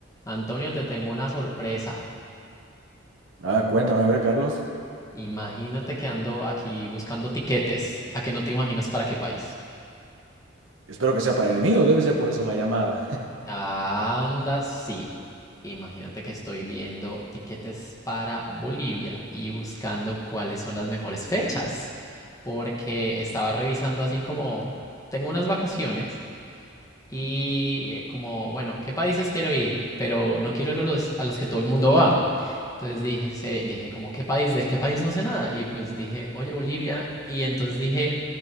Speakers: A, on the left (about 15°); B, on the right (about 80°).
A: Antonio, te tengo una sorpresa.
B: Ah, cuéntame, a ver, Carlos.
A: Imagínate que ando aquí buscando tiquetes. ¿A que no te imaginas para qué país?
B: Espero que sea para el mío, debe ser por eso la llamada.
A: Anda, sí. Imagínate que estoy viendo tiquetes para Bolivia y buscando cuáles son las mejores fechas. Porque estaba revisando así como, tengo unas vacaciones y eh, como, bueno, ¿qué países quiero ir? Pero no quiero ir a los, a los que todo el mundo va. Entonces dije, se- dije como, ¿qué país? ¿Del qué país no sé nada? Y pues dije, oye, Bolivia. Y entonces dije,